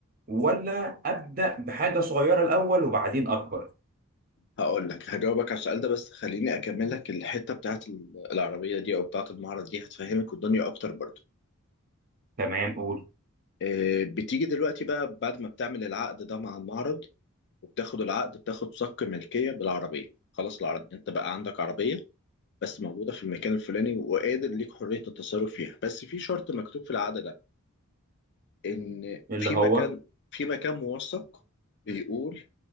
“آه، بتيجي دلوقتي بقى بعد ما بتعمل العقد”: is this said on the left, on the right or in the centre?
Left